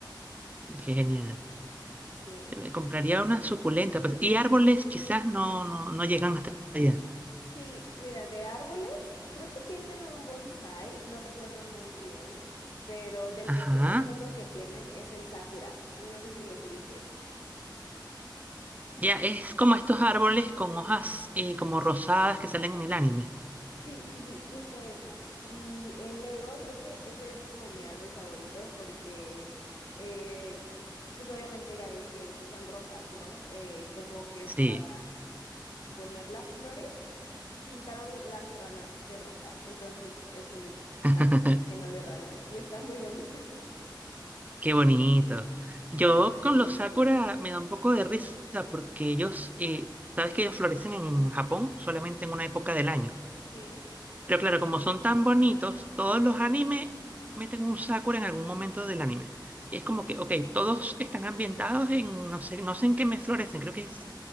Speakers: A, on the right; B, on the left.
A: Qué genial.
B: Sí,
A: Me compraría una suculenta. pues, y árboles quizás no, no, no llegan hasta allá.
B: sí, mira, de árboles, creo que tienen un bonsai, no recuerdo muy bien, pero del
A: Ajá.
B: que sí me acuerdo que tienen es el sakura, no sé si los ubiques.
A: Ya, es como estos árboles con hojas eh, como rosadas que salen en el anime.
B: Sí, sí, sí, justo esas. Y en Lego creo que ese es como mi árbol favorito porque, eh, pues obviamente ya ves que, que son rosas, ¿no? Eh, como que para
A: Sí.
B: poner las flores pintaron las ranas de rosa. Entonces es un
A: <laughs>
B: árbol lleno de ranas y está muy bonito. <laughs>
A: Qué bonito. Yo con los sakura me da un poco de risa porque ellos, eh, sabes que ellos florecen en Japón solamente en una época del año.
B: Sí,
A: Pero claro, como son tan bonitos, todos los animes meten un Sakura en algún momento del anime. Y es
B: sí,
A: como que, ok, todos están ambientados en, no sé, no sé en qué mes florecen, creo que es